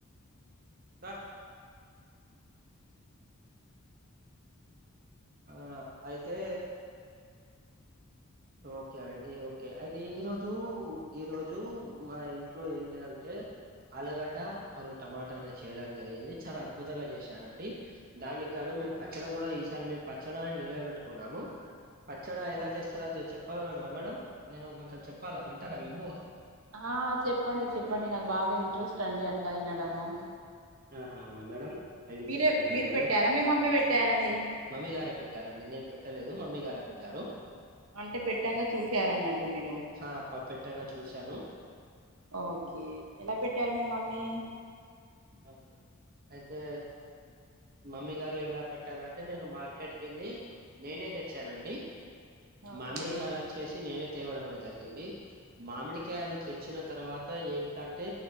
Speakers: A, on the right; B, on the right.
A: ద ఆ అయితే ఓకే అండి ఓకే అయితే ఈరోజు ఈరోజు మా ఇంట్లో ఏంటిదంటే ఆలగడ్డ పరోట టమాటాని చేయడం జరిగింది. చాలా అద్భుతంగా చేశారండి దానికి కాగా మేము
B: అవునా
A: పచ్చడం కూడా ఈసారి మేమ్. పచ్చడాని నిలవబెట్టుకున్నాము పచ్చడి ఎలా
B: ఓకే
A: చేస్తారో. చెప్పగలరా మేడం నేను కొంచెం చెప్పాలా వింటా మీపు
B: ఆ చెప్పండి చెప్పండి నాకు బాగా ఇంట్రెస్ట్ అండి అట్లా ఇనడము
A: ఆహా అవునా మేడం అయితే
B: మీరే
A: చెప్తున్నాను
B: మీరు
A: మేడం.
B: పెట్టారా మీ మమ్మీ పెట్టారండి
A: మమ్మీ గారే పెట్టారండి నేను పెట్టలేదు మమ్మీ గారే పెట్టారు.
B: అంటే పెట్టంగా చూసార అన్నట్టు మీరు.
A: ఆ ప పెట్టంగా చూశాను
B: ఓకే ఎలా పెట్టారు మీ మమ్మీ.
A: అగులు అయితే మమ్మీ గారు ఎలా పెట్టారంటే నేను మార్కెట్ కి ఎళ్ళి నేనే తెచ్చానండి.
B: ఓకే
A: మామిడికాయలు వచ్చేసి నేనే తేవడం అనేది జరిగింది మామిడి. క్యాలు తెచ్చిన తర్వాత ఏంటిదంటే